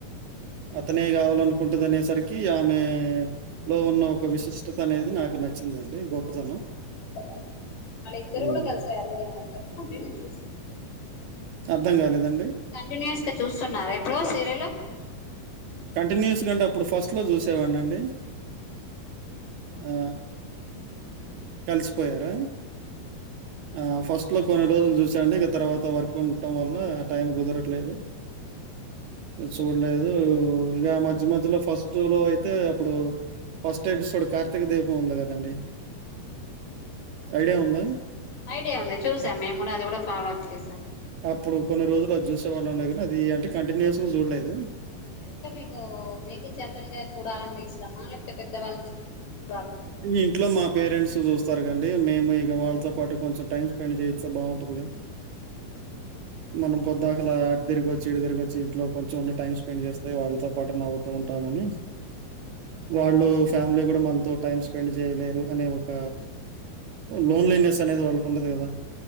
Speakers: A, on the right (about 80°); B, on the left (about 60°).
A: అతనే కావాలనుకుంటదనే సరికి ఆమె లో ఉన్న ఒక విశిష్టత అనేది నాకు నచ్చి అంటే గొప్పతనం
B: అద వాళ్ళిద్దరు
A: ఉమ్.
B: కూడ కలిసారు కదా తప్పకుండా రియల్ చూస్తున్నారా
A: అర్థం కాలేదండి
B: కంటిన్యూస్గ చూస్తున్నార ఇప్పుడు సీరియలు
A: కంటిన్యూయస్గ అంటే అప్పుడు ఫస్ట్ లో చూసేవాడి అండి డి ఆ కలిసి పోయార ఆ ఫస్ట్లో కొన్ని రోజులు చూసా అండి ఇక తర్వాత వర్క్ ఉండటం వల్ల టైం కుదరట్లేదు
B: ఊ
A: చూడలేదు ఇగా మధ్య మధ్యలో ఫస్ట్ లో అయి అయితే అప్పుడు ఫస్ట్ ఎపిసోడ్ కార్తీక దీపం ఉంది కదండి
B: అవును
A: ఐడియా ఉందా
B: ఐడియా ఉంది చూసా మేము కూడా అది కూడా ఫాలో అప్ చేసాం
A: అప్పుడు కొన్ని రోజులు అది చూసే వాళ్ళంలే కానీ అది అంటే కంటినియస్ గా చూడలేదు
B: అంటే ఎట్లా మీకు మీకే జనరల్గా చూడాలంటే ఇష్టమా లేకపోతే పెద్దవాళ్ళు చూస్తూ ఉంటం మీకు
A: ఇ ఇంట్లో మా పేరెంట్స్ చూస్త త్వరగా అండి మేము ఇక వాళ్ళతో పాటు కొంచెం టైమ్ స్పెండ్ చేయిస్తే బాగుంటదిగా మనం పొద్దాకుల అట్ట్తిరిగొచ్చి చీడు తిరువచ్చి ఇంట్లో కొంచెం అన్న టైం స్పెండ్ చేస్తే వాళ్లతో పాటు కొంచెం అన్న నవ్వుతూ ఉంటారనీ వాళ్ళు ఫ్యామిలీ కూడా మనతో టైమ్స్ స్పెండ్ చేయలేరు అనే ఒక లోన్లీనెస్ అనేది వాళ్ళకు ఉండదు కదా